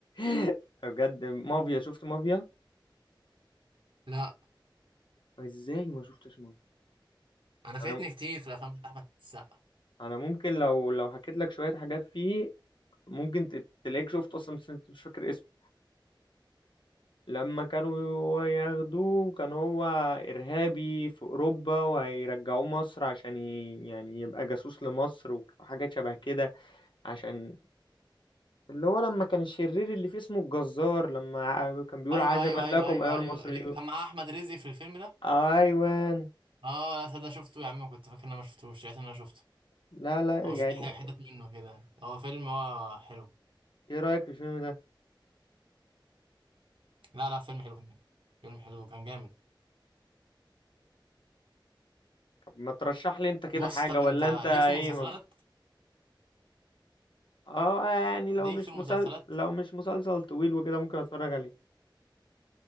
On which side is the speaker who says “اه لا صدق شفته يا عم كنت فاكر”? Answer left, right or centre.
Right